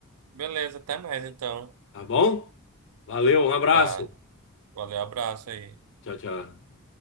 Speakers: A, on the right (about 70°); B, on the left (about 55°).
A: Beleza, até mais então.
B: tá bom? Valeu, um abraço.
A: Tá. Valeu, abraço aí.
B: Tchau, tchau.